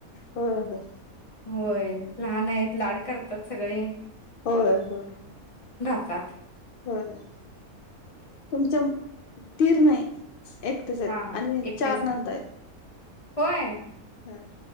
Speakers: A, on the left; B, on the left.
A: होय होय.
B: होय लहान आहेत, लाड करतात सगळे.
A: होय होय.
B: तात.
A: होय तुमच्या दीर् नाही एकटेच आहेत.
B: हा हा
A: आणि
B: एकटेच
A: चार
B: आहे
A: नंदा आहेत.
B: होय.
A: हा.